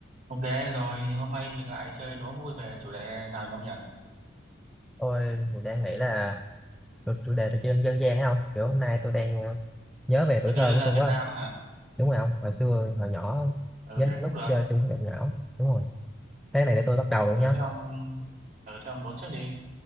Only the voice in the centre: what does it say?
Tôi đang nghĩ là chủ chủ đề trò chơi dân dân gian ấy không? Kiểu hôm nay tôi đang ờ, nhớ về tuổi
thơ
của
tôi quá.
Đúng rồi không? Hồi xưa, hồi nhỏ,
nhớ
những
lúc
chơi chung với bạn nhỏ. Đúng rồi. Cái này để tôi bắt đầu luôn
nhá.